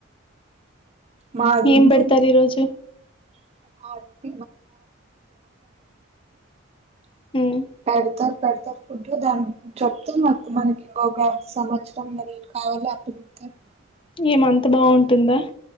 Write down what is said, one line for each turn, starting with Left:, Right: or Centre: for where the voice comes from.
Right: మాది
Left: ఏం
Right: ఉందండి
Left: పెడతారు ఈ రోజు
Right: <inaudible>
Left: హ్మ్.
Right: పెడతారు ఫుడ్ దాని చెప్తు మనకి ఇంకొక సంవత్సరం <unintelligible> కావలో అప్పుడు. <unintelligible>
Left: ఎం అంత బాగుంటుంద